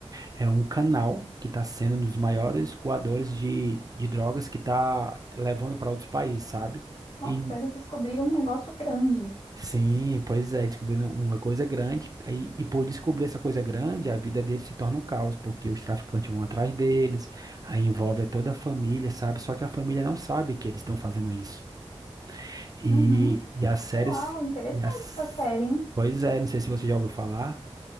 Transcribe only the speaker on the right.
é um canal que está sendo um dos maiores coadores de, de drogas que está levando para outros países, sabe?
E
sim, pois é, descobrindo uma coisa grande, e, e por descobrir essa coisa grande, a vida deles se torna um caos, porque os traficantes vão atrás deles, aí envolve toda a família, sabe? Só que a família não sabe que eles estão fazendo isso. E,
e as séries.
E as...
Pois é, não sei se você já ouviu falar,